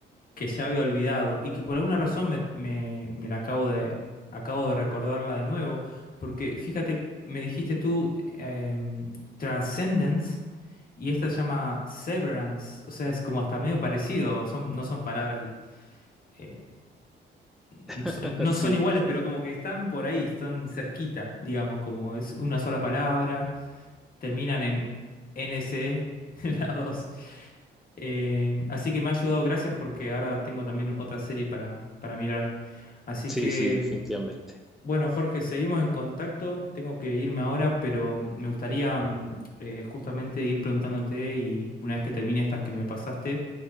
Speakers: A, on the left; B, in the centre.
A: que ya había olvidado y que por alguna razón me, me- me la acabo de, acabo de recordarla de nuevo, porque fíjate, me dijiste tú eh, Transcendence y esta se llama Severance, o sea, es como hasta medio parecido, son, no son palabras, eh, no
B: <laughs>
A: son, no
B: Sí.
A: son iguales, pero como que están por ahí, están cerquita, digamos, como es una sola palabra, terminan en NC, <laughs> las dos. Eh, así que me ha ayudado, gracias, porque ahora tengo también otra serie para, para mirar. Así
B: Sí,
A: que,
B: sí, definitivamente.
A: bueno, Jorge, seguimos en contacto. Tengo que irme ahora, pero me gustaría mm, eh, justamente ir preguntándote y una vez que termine estas que me pasaste,